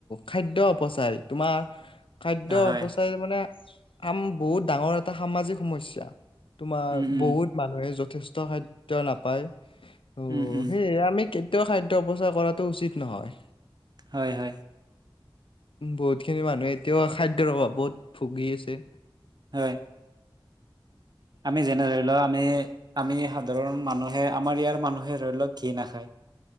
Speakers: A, on the left (about 70°); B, on the right (about 50°).
A: খাদ্য অপচায় তোমাৰ খাদ্য
B: হয়
A: অপচায় মানে আম বহুত ডাঙৰ এটা সামাজিক সমস্যা, তোমাৰ
B: উম উম
A: বহুত মানুহে য যষ্ট খাদ্য নাপায়। অ',
B: উম উম
A: সেই আমি কেত কিয় খাদ্য অপচাৰ কৰাটো উচিত নহয়।
B: হয়, হয়।
A: বত খিনি মানুহে এতিয়াও খাদ্যৰ অভাৱত ভুগি আছে।
B: হয় আমি যেনে ধৰি লওঁ আমি- আমি সাধাৰণ মানু হে আমাৰ ইয়াৰ মানুহে ধৰি লওঁক ঘী নাখায়।